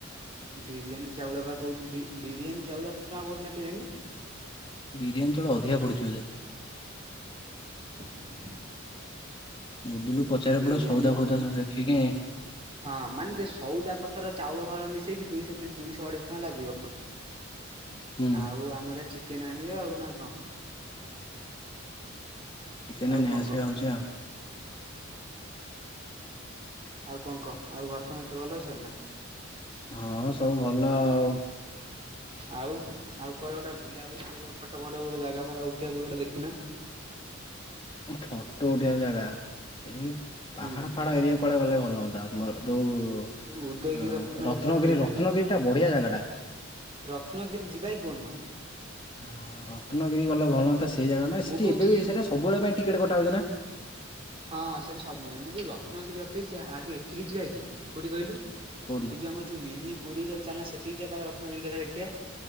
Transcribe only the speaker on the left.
ବିରିୟାନୀ ଚାଉଳ ଅଧିକା ପଡ଼ୁଛି ବୋଧେ।
ଗୁଡୁଲୁ ପଚାର
ପଡ ସଉଦା ଫଉଦା ସବୁ ଦେଖିକି
ହୁଁ
ଚିକେନ
ନେଇ
ଆସିବା
ହଉଛି ଆଉ।
ହଁ ସବୁ ଭଲ ଆଉ।
ଫଟୋ ଉଠେଇବା ଜାଗା ସେଇ ପାହାଡ
ଫାଡ ଏରିଆ କକୁଡ଼େ ଗଲେ ଭଲ ହୁଅନ୍ତା ଆମର ଯେଉ
ରତ୍ନଗିରି
ରତ୍ନଗିରିଟା
ବଢ଼ିଆ ଜାଗାଟା।
ହଁ ରତ୍ନଗିରି ଗଲେ ଭଲ ହଅନ୍ତା ସେଇ ଜାଗା ମାନେ
ସେଠି
ଏବେ ବି ସେଇଟା ସବୁବେଳେ ପାଇଁ ଟିକେଟ୍ କଟା ହଉଛି ନା।
କୋଉଠିକି?